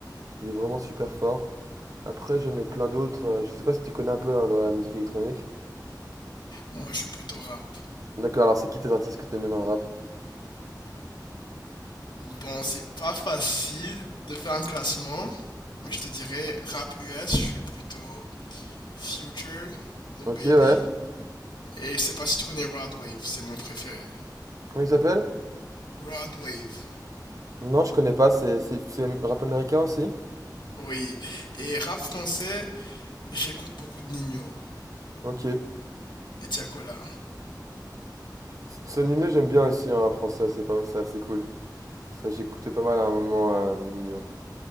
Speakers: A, on the right (about 50°); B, on the left (about 85°).
A: Il est vraiment super fort. Après, j'en ai plein d'autres. euh, Je sais pas si tu connais un peu là, dans la musique électronique.
B: Moi, je suis plutôt rap.
A: D'accord, alors c'est qui tes artistes que t'aimes bien dans le rap?
B: Bon, c'est pas facile de faire un classement, mais je te dirais rap US. Je suis plutôt Future, Lil
A: Ok,
B: Baby.
A: ouais.
B: Et je sais pas si tu connais Rod Wave. C'est mon préféré.
A: Comment il s'appelle?
B: Rod Wave.
A: Non, je connais pas. C'est c'est- c'est am- rap américain aussi?
B: Oui. Et rap français. J'écoute beaucoup de Nino
A: Ok.
B: et Tiakola,
A: C'est- c'est Nino, j'aime bien aussi hein, en rap français. C'est pas, c'est assez cool. Ça, j'écoutais pas mal à un moment, euh, Nino.